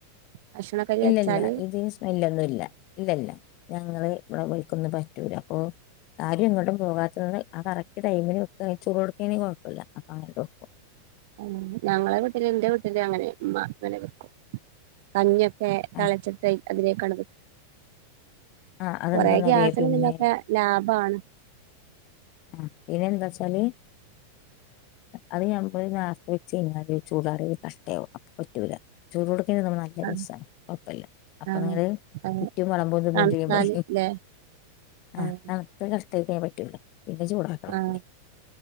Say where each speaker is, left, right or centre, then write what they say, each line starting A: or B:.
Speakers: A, on the right; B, on the left.
A: ഭക്ഷണക്കരി
B: ഇല്ലല്ല
A: വെച്ചാല്
B: ഇത് സ്മെല്ലൊന്നും ഇല്ല ഇല്ലല്ല ഞങ്ങള് ഇവിടെ വെയ്ക്കുന്ന പ റ്റൂല്ല അപ്പൊ ആരും എങ്ങട്ടുംപോകാത്തന്ന് ആ കറക്റ്റ് ടൈമിന് തയ്ച്ചു കൊടുക്കുവാണെങ്കി കൊഴപ്പല്ല അപ്പൊ അങ്ങന <unintelligible>
A: ഉം ഞങ്ങളെ വീട്ടില് എന്റെ വീട്ടില് അങ്ങനെ ഉമ്മ അങ്ങനെ വയ്ക്കും കഞ്ഞി ഒ ഒക്കെ തളച്ചിട്ട്
B: ആഹ്
A: അതിനേക്ക
B: ആഹ് അതെന്താന്നറിയോ
A: കൊറേ ഗ്യാസിനും
B: പിന്നെ
A: പിന്നൊക്കെ ലാഭമാണ്
B: ആ പിന്നെ എന്താ വച്ചാല് അത് ഞമ്മള് ലാസ്‌റ്റവെച്ച് കഴിഞ്ഞാല് ചൂടാറി കട്ടേവും അപ്പം പറ്റൂല ചൂടോടെ <unintelligible> നല്ല രസമാണ്
A: ആഹ്
B: കൊഴപ്പില്ല അപ്പൊ
A: ആഹ്
B: നിങ്ങള്
A: അതെ
B: ചറ്റും വളമ്പോന്നും
A: തണുത്താല്
B: ചെയ്യും പറ
A: ല്ലേ
B: ആ്
A: ആഹ്
B: നുത്ത ക <unintelligible> തയ്ക്കാൻ പറ്റൂല്ല പിന്നെ ചൂടാക്കണം ഒന്നൂടി
A: ആഹ്